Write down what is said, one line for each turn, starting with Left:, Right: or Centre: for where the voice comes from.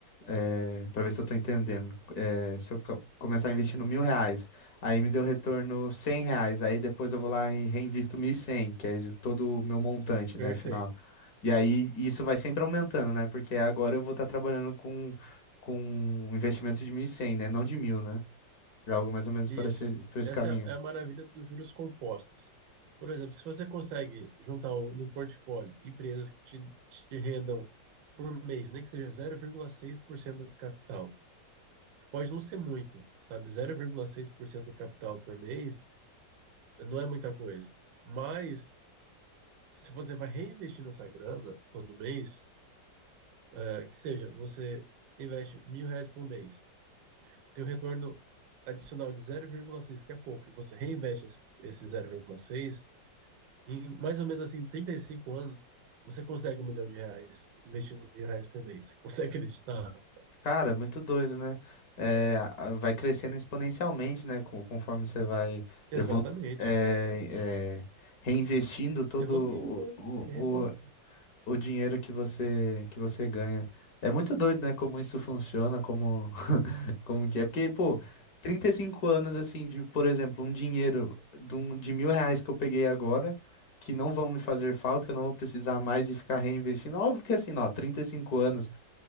Left: é, para ver se eu tô entendendo. É, se eu co- começar a investir mil reais, aí me deu retorno cem reais, aí depois eu vou lá e reinvisto mil e cem, que é de todo o meu montante,
Right: perfeito.
Left: né, final. E aí isso vai sempre aumentando, né, porque agora eu vou estar trabalhando com, com um investimento de mil e cem, né, não de mil, né. É algo mais ou menos
Right: Isso.
Left: por esse, por esse
Right: Essa
Left: caminho.
Right: é a maravilha dos juros compostos. Por exemplo, se você consegue juntar um, num portfólio empresas que te, te rendam por mês, nem que seja zero vírgula seis por cento do capital, que pode não ser muito, sabe? zero vírgula seis por cento do capital por mês não é muita coisa. Mas se você vai reinvestir nessa grana todo mês, é, que seja, você investe mil reais por mês. tem um retorno adicional de zero vírgula seis que é pouco, e você reinveste esse, esse zero vírgula seis em mais ou menos assim 35 anos, você consegue um milhão de reais investindo mil reais por mês. Você Consegue acreditar?
Left: Cara, muito doido, né? É, a- a- vai crescendo exponencialmente, né? com- conforme você vai
Right: Exatamente.
Left: evolu é, é, reinvestindo todo
Right: Evoluindo mesmo.
Left: o,
Right: É,
Left: o,
Right: evolu-
Left: o, o dinheiro que você, que você ganha. É muito doido, né? Como isso funciona, como, <laughs> como que é. Porque, pô, 35 anos, assim, de, por exemplo, um dinheiro de, um, de mil reais que eu peguei agora, que não vão me fazer falta, que eu não vou precisar mais e ficar reinvestindo. Óbvio que, assim, ó, 35 anos.